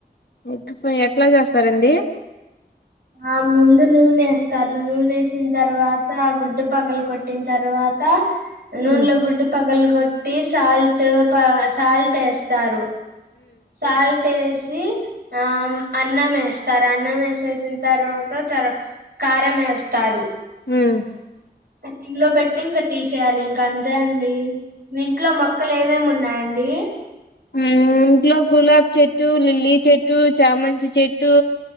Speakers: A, on the left; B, on the right.
A: ఎగ్ ఫ్రై ఎట్లా చేస్తారండి
B: ఆ ముందు నూనేస్తారు నూనేసిన తర్వాత ఆ గుడ్డు పగలు కొట్టిన తర్వా త్త నూనెలో
A: మ్మ్
B: గుడ్డు పగలు కొట్టి సాల్ట్ ప సాల్ట్ ఏస్తారు సాల్ట్ వేసి ఆ అన్నం ఏస్ తర అన్నం వేసేసిన తర్వాత తర కారం ఏస్తారు
A: మ్
B: సిమ్ లో పెట్టి ఇంకా తీసేయాలి ఇంకా అంతే అండి మీ ఇంట్లో మొక్కలు ఏమేమి ఉన్నాయండి
A: మ్ ఇంట్లో గులాబ్ చెట్టు లిల్లీ చెట్టు చామంచి చెట్టు